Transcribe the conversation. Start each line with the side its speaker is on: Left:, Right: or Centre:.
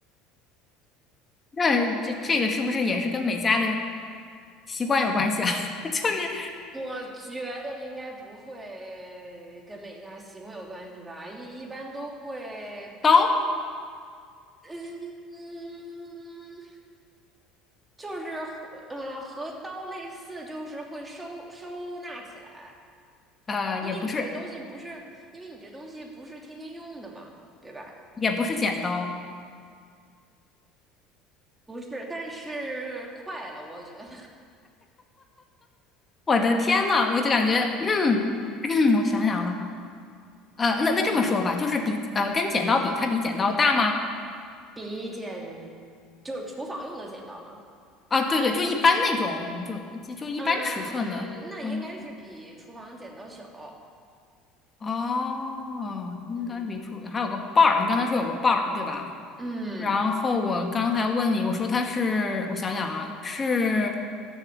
Left: 那这这个是不是也是跟每家的
Right: 嗯，
Left: 习惯有关系啊？<laughs> 就是
Right: 我觉得应该不会跟每家习惯有关系吧，一一般都会，
Left: <laughs> 刀，
Right: 嗯，就是嗯，呃和刀类似，就是会收收纳起来，
Left: 呃，
Right: 因为你这东西不是，
Left: 也不是。
Right: 因为你这东西不是天天用的嘛，对吧？
Left: 也不是剪刀。
Right: 不是，但是快了，我觉得，
Left: 我的天呐，我就感觉，<clears throat> 我想想啊，呃，那那这么说吧，
Right: <laughs> 嗯。
Left: 就是比呃跟剪刀比，它比剪刀大吗？
Right: 比剪就是厨房用的剪刀吗？
Left: 啊，对对，就一般那种，就就就一般尺寸的，
Right: 嗯，那应该是比厨房剪刀小。
Left: 嗯，哦，应该比出还有个把儿，
Right: 嗯
Left: 你刚才说有个把儿，对吧？
Right: 嗯，
Left: 然后我刚才问你，我说它是，我想想啊，是，